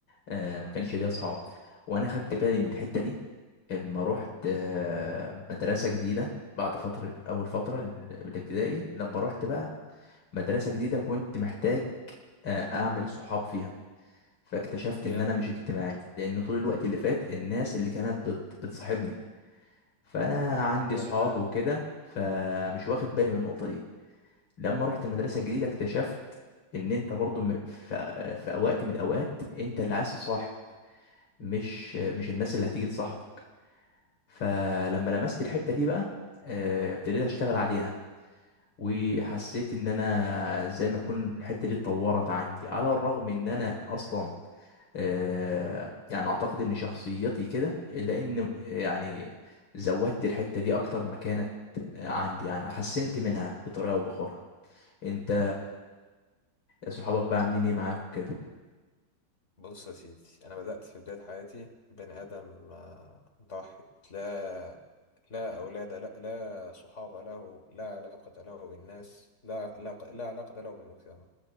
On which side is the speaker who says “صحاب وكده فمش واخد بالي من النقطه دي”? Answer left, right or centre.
Left